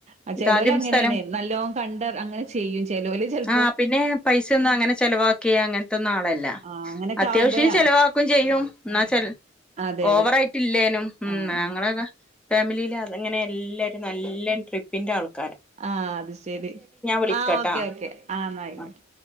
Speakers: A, on the right; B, in the centre.
A: ആ
B: ഇതാദ്യം
A: ചേലോലങ്ങനേണ്
B: സ്ഥലം
A: നല്ലോം കണ്ട് അങ്ങനെ ചെയ്യും ചെലോല് ചെൽ
B: ആഹ് പിന്നെ പൈസ ഒന്നും അങ്ങനെ ചെലവാക്കിയെ അങ്ങൻത്തൊന്നും ആളല്ല
A: ആഹ് അങ്ങനെയൊക്കെ
B: അത്യാവ്ശ്യം
A: ആവുമ്പഴാണ്
B: ചെലവാക്കും ചെയ്യും. എന്ന വച്ചാൽ
A: അതെ
B: ഓവറായിട്ടില്ലേനും
A: അതെ
B: ഉം
A: ആഹ്
B: ഞങ്ങളക്ക ഫാമിലില എല്ലരും നല്ല ട്രിപ്പിന്റെ ആൾ
A: ആ അത് ശെരി
B: വിളിക്കാട്ടാ
A: ആ ഓക്കെ ഓക്കെ ആന്നായിക്കോട്ടെ.
B: ആ